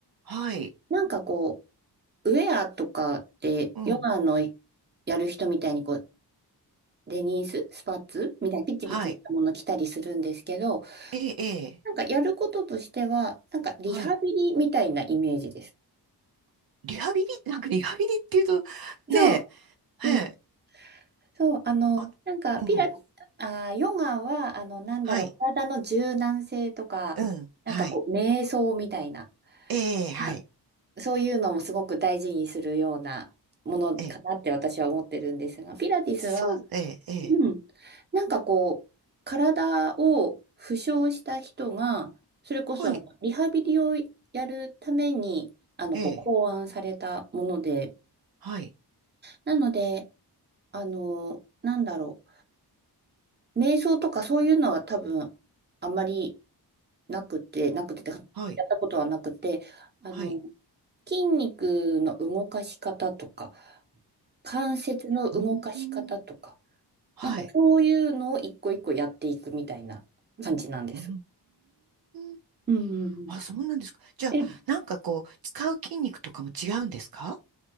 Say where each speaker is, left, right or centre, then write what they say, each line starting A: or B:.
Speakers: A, on the right (about 60°); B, on the right (about 25°).
A: はい、
B: なんかこう、ウェアとかってヨガの
A: うん、
B: やる人みたいにこうデニース、スパッツみたいなピチピチしたもの着たりするんですけど、
A: はい、ええ、ええ、
B: なんかやることとしては、なんかリハビリみたいなイメージです。
A: はい。リハビリ、なんかリハビリっていうと、
B: そ
A: ね
B: う、
A: え、
B: うん。
A: ええ、
B: そう、あの、
A: あの、
B: なんかピラティス、
A: うん、
B: あー、ヨガは、あの、なんだろう、
A: はい、
B: 体の柔軟性とか、
A: うん、
B: なんかこう、
A: はい、
B: 瞑想みたいな、
A: ええ、はい、
B: はいそういうのもすごく大事にするようなものかなって私は思ってるんですが、
A: ええ、
B: ピラティスは、
A: そう、ええ、ええ、
B: うん。なんかこう、体を負傷した人が、それこそあのリハビリをやるために、
A: はい、
B: あの、
A: ええ、
B: こう、考案されたもので、
A: はい、
B: なので、あの、なんだろう、瞑想とかそういうのは多分、あまりなくて、なくて、や
A: はい、
B: ったことはなくて、あの、
A: はい、
B: 筋肉の動かし方とか、関節の動かし方とか、
A: うーん、はい、
B: なんかそういうのを一個一個やっていくみたいな感じなんです。
A: うーん、
B: うんうん
A: あ、そうなんですか。じゃあ、
B: え、
A: なんかこう、使う筋肉とかも違うんですか